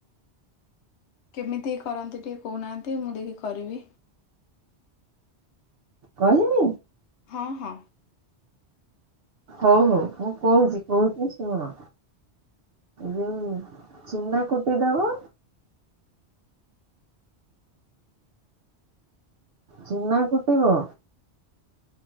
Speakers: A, on the left; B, on the right.
A: କେମିତି କରନ୍ତି ଟିକେ କହୁନାହାନ୍ତି ମୁଁ ଦେଖି କରିବି।
B: କହିବି?
A: ହଁ ହଁ।
B: ହଉ ହଉ ମୁଁ କହୁଛି କହୁଛି ଶୁଣ ହୁଁ। ଚୁନା କୁଟିଦେବ ଚୁନା କୁଟିିବ